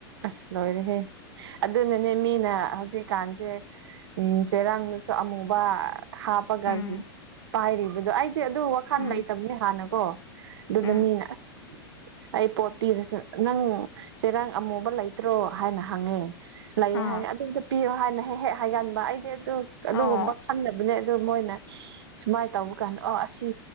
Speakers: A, on the right; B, on the left.
A: ꯑꯁ ꯂꯣꯏꯔ ꯍꯦ ꯑꯗꯨꯅꯅꯦ ꯃꯤꯅ ꯍꯧꯖꯤꯛꯀꯥꯟꯁꯦ ꯎ ꯆꯩꯔꯥꯡꯗꯨꯁꯨ ꯑꯃꯨꯕ ꯍꯥꯞꯄꯒ
B: ꯎꯝ
A: ꯄꯥꯏꯔꯤꯕꯗꯣ ꯑꯩꯗꯤ ꯑꯗꯨ ꯋꯥꯈꯜ
B: ꯎꯝ
A: ꯂꯩꯇꯕꯅꯦ ꯍꯥꯟꯅ ꯑꯣ ꯑꯗꯨꯅ
B: ꯎꯝ
A: ꯃꯤꯅ ꯑꯁ ꯑꯩ ꯄꯣꯠ ꯄꯤꯔꯁꯨ ꯅꯪ ꯆꯦꯔꯥꯡ ꯑꯃꯨꯕ ꯂꯩꯇ꯭ꯔꯣ ꯍꯥꯏꯅ ꯍꯪꯉꯦ ꯂꯩ
B: ꯑꯥ
A: ꯍꯥꯏꯅ ꯑꯗꯨꯝꯇ ꯄꯤꯌꯣ ꯍꯥꯏꯅ ꯍꯦꯛ ꯍꯦꯛ ꯍꯥꯏꯒꯟꯕ ꯑꯩꯗꯤ ꯑꯗꯨ
B: ꯑꯣ
A: ꯑꯗꯨꯒꯨꯝꯕ ꯈꯟꯗꯕꯅꯦ ꯑꯗꯨꯗ ꯃꯣꯏꯅ ꯁꯨꯃꯥꯏꯅ ꯇꯧꯕ ꯀꯥꯟꯗ ꯑꯣ ꯑꯁꯤ